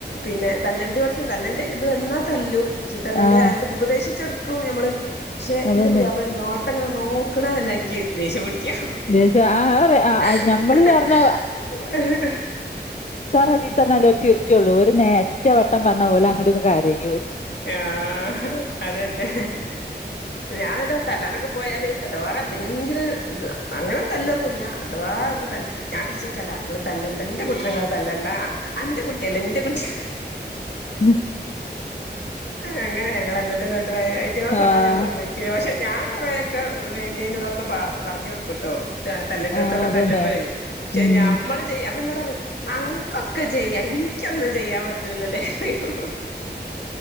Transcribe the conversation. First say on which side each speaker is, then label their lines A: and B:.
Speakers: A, on the left; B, on the left.
A: പിന്നെ തല്ലണ്ട്യാേട്ത് തല്ലണ്ടെ ഇത് വന്നാ തല്ലും ചിത്തറണ്ടെ
B: ആഹ്
A: ആൻത്തെ ഉപദേശിച്ചെട്ക്കും നമ്മള്പക്ഷേ
B: അതന്നെ
A: ഇന്റെ പുതിയാപ്പ്ള ഒരു നോട്ട് ട്ടം ഇങ്ങനെനോക്ണതന്നെ ഇൻക്കി ദേഷ്യം പിടിക്കും
B: ദേഷ്യ ആ പറയാ ആ
A: ഹ
B: ആ ഞമ്മള് പറഞ്ഞ
A: ഹ ഹ
B: എത്രറ ചീത്തർഞാല്ലും ഓല് ചിർചൊള്ളൂ ഒരു നേ ഒറ്റവട്ടം പറഞ്ഞാ ഓല്അങ്ങട്ട് ഇര്ന്ന്കരയും
A: ആഹ് അതന്നെ ഞാന് ഇട തല്ലാനൊക്കെ പോയാല് അഥവാ എന്തെങ്കിലും അങ്ങനെ തല്ലൊന്നുല്ല അഥവാ ഒന്ന് തല്ല് ഞാൻ പിടിച്ചക്കലാ ഇങ്ങൾ തല്ലണ്ട ഇന്റെ കുട്ടിനെങ്ങൾ തല്ലണ്ടാ അന്റെ കുട്ട്യല്ല ഇന്റെ കുട്ടി
B: ഉം
A: അങ്ങന ഞങ്ങള് അങ്ങട്ടും ഇങ്ങട്ടും ആയെ അയ്റ്റങ്ങളെ തൊടാ
B: ആഹ്
A: ഞാൻ സമ്മയ്ക്കി ക്ക്യ പക്ഷെ ഞാൻ കാെറെയൊക്കെ വേണ്ടേന് ഇതൊക്കെ പ പറഞ്ഞു കൊടുക്കും ട്ടോ രാ തല്ലെണ്ടോട്‌ത്തൊക്കെ
B: ആഹ് അതന്നെ
A: തല്ലൊക്കെയ്യും പക്ഷെ
B: ഉം
A: ഞമ്മള് ചെയ്യാം അപ്പോ ഇന്നോറിം അൻക്കാെകെചെയ്യാം ഇനിക്കൊന്നും ചെയ്യാൻ പറ്റ് പറ്റൂല്ലല്ലെറയും